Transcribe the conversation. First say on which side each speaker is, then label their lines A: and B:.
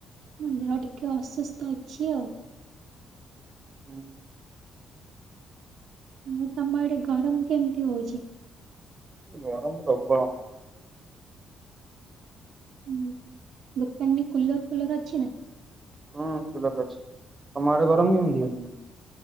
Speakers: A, on the right; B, on the right.
A: ମୋ ଦେହ ଟିକେ ଅସୁସ୍ଥ ଅଛି ଆଉ।
B: ହୁଁ ହୁଁ।
A: ହଁ ତମ ଆଡେ ଗରମ କେମିତି ହଉଛି।
B: ଗରମ ପ୍ରବଳ।
A: ହୁଁ ଦୋକାନରେ କୁଲର ଫୁଲର ଅଛି ନା।
B: ହଁ କୁଲର ଅଛି। ତମ ଆଡେ ଗରମ କେମିତି।
A: ଉଁ,